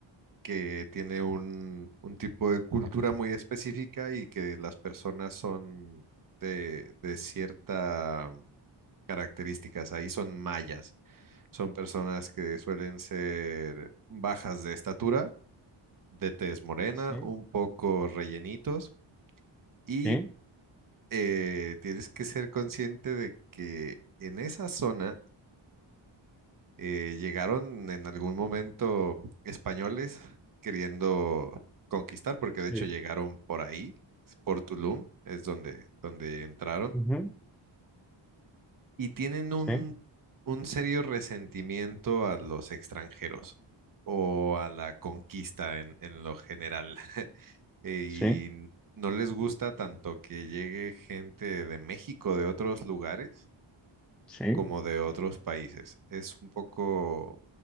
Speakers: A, on the right; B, in the centre.
A: que tiene un, un tipo de cultura muy específica y que las personas son de, de ciertas características, ahí son mayas. Son personas que suelen ser bajas de estatura, de tez morena,
B: sí,
A: un poco rellenitos y
B: sí,
A: eh, tienes que ser consciente de que en esa zona eh, llegaron en algún momento españoles queriendo conquistar, porque de
B: sí.
A: hecho llegaron por ahí, por Tulum, es donde, donde entraron.
B: Ujú.
A: y tienen un,
B: Sí,
A: un serio resentimiento a los extranjeros o a la conquista en, en lo general. <laughs> Y
B: sí,
A: no les gusta tanto que llegue gente de México, de otros lugares,
B: sí.
A: como de otros países. Es un poco